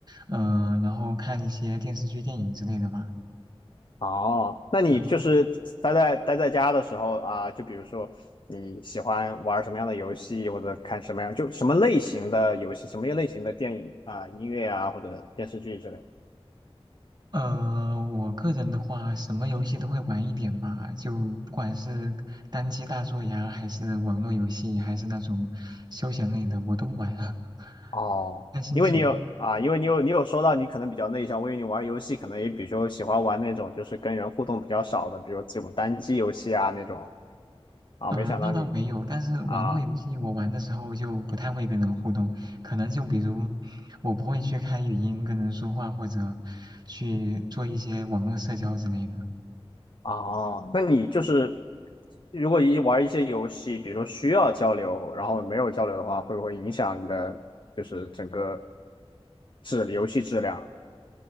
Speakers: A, on the right (about 40°); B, on the left (about 55°).
A: 呃，然后看一些电视剧、电影之类的吧。
B: 哦，那你就是待在待在家的时候啊，
A: 然后，
B: 就比如说你喜欢玩什么样的游戏，或者看什么样，就什么类型的游戏，什么类型的电影啊、音乐啊，或者电视剧之类的
A: 呃，我个人的话，什么游戏都会玩一点吧，就不管是单机大作呀，还是网络游戏，还是那种休闲类的，我都玩了，<laughs>
B: 哦，
A: 看心情。
B: 因为你有啊，因为你有你有说到你可能比较内向，我以为你玩游戏可能也比如说喜欢玩那种就是跟人互动比较少的，比如这种单机游戏啊那种啊，
A: 呃，
B: 没想到你。
A: 那倒没有，但是网络游戏我玩的时候就不太会跟人互动，
B: 啊
A: 可能就比如我不会去开语音跟人说话，或者去做一些网络社交之类的。
B: 哦，那你就是如果一玩一些游戏，比如说需要交流，然后没有交流的话，会不会影响你的就是整个质游戏质量？